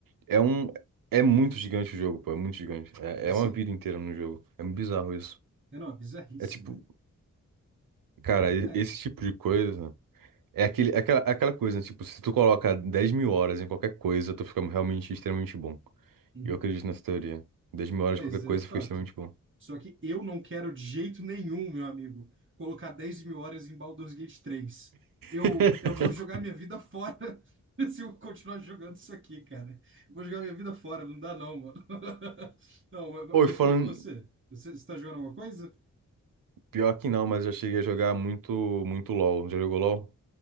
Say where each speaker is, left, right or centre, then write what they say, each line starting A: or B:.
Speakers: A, on the right (about 85°); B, on the right (about 35°).
A: é um, é muito gigante o jogo, pô, é muito gigante. É,
B: Sim.
A: é uma vida inteira no jogo. É muito bizarro isso.
B: É, não, é bizarríssimo.
A: É tipo, cara, e-
B: É.
A: esse tipo de coisa é aquele, é aquela, é aquela coisa, né? Tipo, se tu coloca 10 mil horas em qualquer coisa, tu fica realmente extremamente bom.
B: Uhum.
A: E eu acredito nessa teoria. 10 mil horas
B: É,
A: em qualquer
B: isso
A: coisa
B: é fato.
A: fica extremamente bom.
B: Só que eu não quero de jeito nenhum, meu amigo, colocar dez mil horas em Baldur's Gate três. Eu,
A: <laughs>
B: eu vou jogar minha vida fora <laughs> se eu continuar jogando isso aqui, cara. Vou jogar minha vida fora, não dá não, mano. <laughs> Não, mas,
A: Oi,
B: mas
A: falando.
B: foi, e você? Você, está jogando alguma coisa?
A: Pior que não, mas eu cheguei a jogar muito, muito LOL. Já jogou LOL?